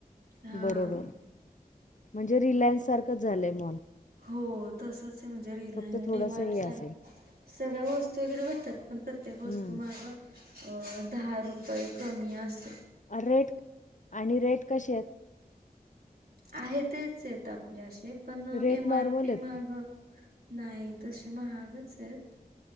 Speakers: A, on the right (about 75°); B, on the left (about 50°).
A: हा.
B: बरोबर म्हणजे रिलायन्स सारखंच झालंय मॉल.
A: हो तसचे म्हणजे रिलाय
B: फक्त थोडस
A: डीमार्ट
B: हे
A: सारख.
B: असेल
A: सगळ्या वस्तू वगैरे भेटतात. पण प्रत्येक वस्तू
B: हम्म
A: माग अ दहा रुपये कमी अस.
B: अ रेट आणि रेट कशेयेत?
A: आहेत तेच येत आपलेशीे पण
B: rate
A: M
B: normal
A: R P
B: आहेत
A: माग
B: का
A: नाही तसे महागच आहेत